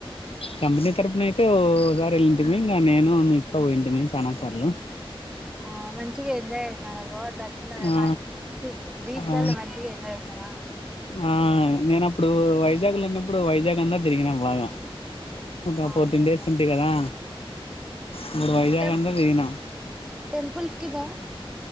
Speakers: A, on the left; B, in the centre.
A: కంపెనీ తరఫున అయితే ఓ సారి వెళ్లింటిమి ఇంగా నేను మీక్క పోయింటిమి చాలా సార్లు.
B: ఆ మంచిగా ఎంజాయ్ చేసినారా బోవ్ దర్శనం ఎలా
A: ఆ
B: అయ్యింది ఛీ బీచ్
A: ఆ
B: లల్లో మంచిగా ఎంజాయ్ యేసారా
A: ఆ నేనప్పుడు వైజాగ్ లో ఉన్నెప్పుడు వైజాగ్ అంతా తిరిగినా బాగా ఒక
B: అవునులే
A: ఫోర్టీన్ డేస్
B: బావ
A: ఉంటి కదా
B: మ్మ్
A: అప్పుడు వైజాగ్
B: టెం
A: అంతా తిరిగినాం
B: టెంపుల్స్ కి బావ